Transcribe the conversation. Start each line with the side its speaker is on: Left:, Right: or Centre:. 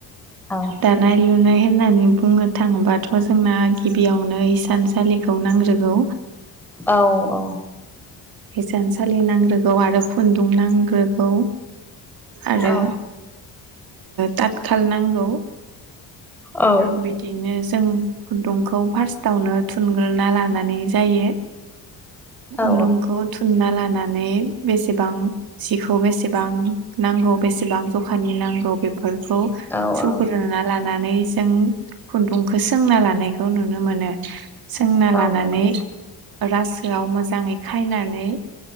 Centre: औ
Right: दानाय लुनाय होननानै बुंनो थाङोबाथ' जोंना गिबियावनो हसानसालि नांग्रोगौ
Centre: औ औ
Right: हिसानसालि नांग्रोगौ आरो खुन्दुं नांग्रोगौ आरो
Centre: औ
Right: ताथ खाल नांगौ
Centre: औ
Right: बिदिनो जों खुन्दुं फास्तावनो थुनग्रोनना लानानै जायो
Centre: औ
Right: खुन्दुंखौ थुनना लानानै बेसेबां जिखौ बेसेबां नांगौ बेसेबां जखानि नांगौ बेफोरखौ स
Centre: औ
Right: सुगोरना
Centre: औ
Right: लानानै जों खुन्दुंखौ सोंना लानायखौ नुनो मोनो सोंना
Centre: औ
Right: लानानै
Centre: नंगौ
Right: रासोआव मोजाङै खायनानै